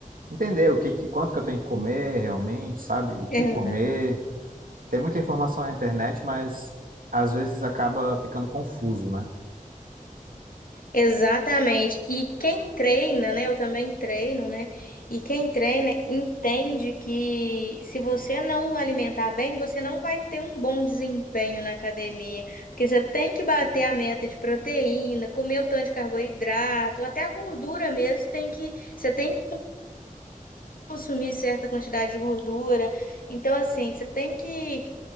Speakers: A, on the right; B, on the left.
A: entender o que, que- quanto que eu tenho que comer realmente, sabe? O que
B: Exato.
A: comer. Tem muita informação na internet, mas às vezes acaba ficando confuso, né?
B: Exatamente. E quem treina, né? Eu também treino, né? E quem treina entende que se você não alimentar bem, você não vai ter um bom desempenho na academia. Porque você tem que bater a meta de proteína, comer o tanto de carboidrato, até a gordura mesmo tem que, você tem consumir certa quantidade de gordura. Então, assim, você tem que